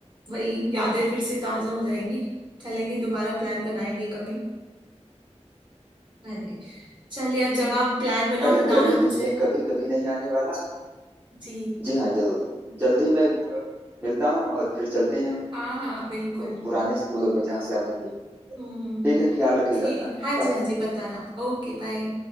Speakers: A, on the right; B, on the right.
A: वही यादें फिर से ताजा हो जाएंगी चलेंगे दोबारा प्लान बनाएंगे कभी अरे चलिए अब जब आप प्लान बनाओ
B: अरे
A: बताना
B: कभी
A: मुझे
B: नहीं है कभी कभी नहीं आने वाला
A: जी
B: जी हाँ जरूर जल्दी मैं अ, मिलता हूँ और फिर चलते हैं
A: हाँ हाँ बिल्कुल
B: उन पुराने स्कूलों में जहाँ से आपने मुझे-
A: हम्म हम्म,
B: ठीक है ख्याल रखिएगा
A: ठीक
B: अपना
A: हाँ
B: बाय
A: जी हाँ जी बताना आप। Okay bye